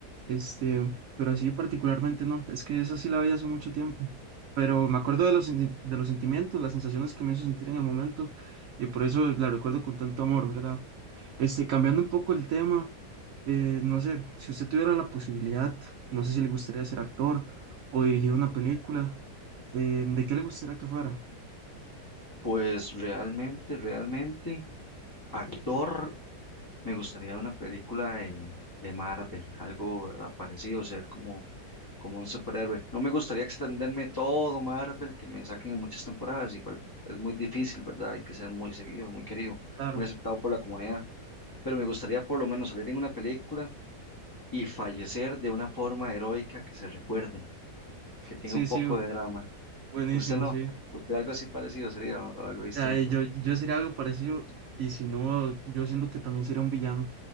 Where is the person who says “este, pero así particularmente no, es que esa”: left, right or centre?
Right